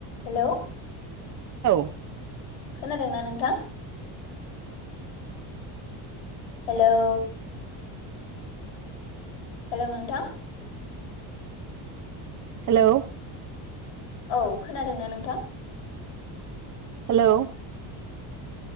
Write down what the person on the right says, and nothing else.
औ
हेलौ
हेल'